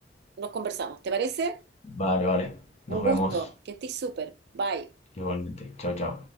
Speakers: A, on the right (about 60°); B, on the left (about 40°).
A: nos conversamos. ¿Te parece?
B: Vale, vale.
A: Un
B: Nos
A: gusto,
B: vemos
A: que estés súper. Bye.
B: igualmente. Chao, chao.